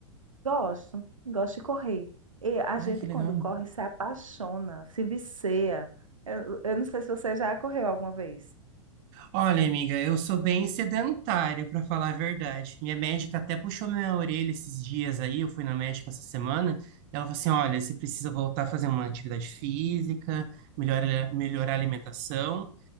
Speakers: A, on the right; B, on the right.
A: Gosto, gosto de correr. E a gente,
B: Ai, que
A: quando
B: legal.
A: corre, se apaixona, se vicia. Eu, eu não sei se você já correu alguma vez.
B: Olha, amiga, eu sou bem sedentário, para falar a verdade. Minha médica até puxou minha orelha esses dias aí, eu fui na médica essa semana, e ela falou assim: olha, você precisa voltar a fazer uma atividade física, melhorar, melhorar a alimentação.